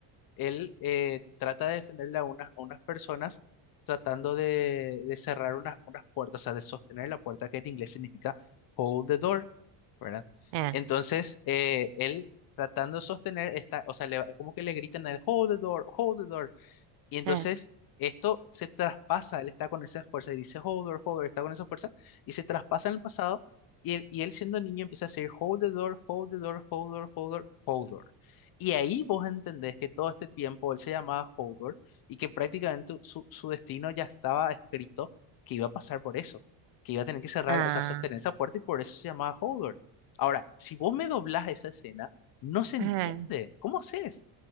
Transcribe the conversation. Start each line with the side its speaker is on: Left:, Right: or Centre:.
Left: él eh, trata de defenderle a, unas, a unas personas tratando de, de cerrar unas, unas puertas, o sea, de sostener la puerta que en inglés significa hold the door, ¿verdad?
Right: eh,
Left: Entonces, eh, él tratando de sostener esta, o sea, le- como que le gritan a él, hold the door, hold the door. Y entonces
Right: eh,
Left: esto se traspasa, él está con esa fuerza y dice Hold the the door hold the door está con esa fuerza y se traspasa en el pasado y él, y él siendo niño empieza a decir Hold the door, hold the door, hold the door, hold the door, hold the door". Y ahí vos entendés que todo este tiempo él se llamaba hold the door y que prácticamente su, su destino ya estaba escrito que iba a pasar por eso, que iba a tener que cerrar,
Right: ah,
Left: o sea, sostener esa puerta y por eso se llamaba hold the door Ahora, si vos me doblás esa escena, no se
Right: ajá.
Left: entiende. ¿Cómo haces?